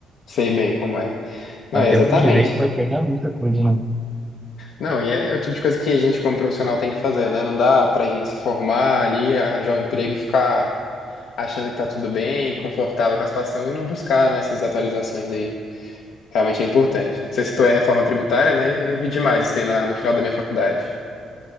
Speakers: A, on the left (about 75°); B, in the centre.
A: sei bem como é. Não,
B: Até
A: é exatamente.
B: para o direito vai quebrar muita coisa, né?
A: Não, e é o tipo de coisa que a gente como profissional tem que fazer, né? Não dá pra gente se formar ali, arranjar um emprego e ficar achando que tá tudo bem, confortável com a situação e não buscar, né, essas atualizações aí. Realmente é importante. Você citou a reforma tributária, né? Eu vi demais isso aí na- no final da minha faculdade.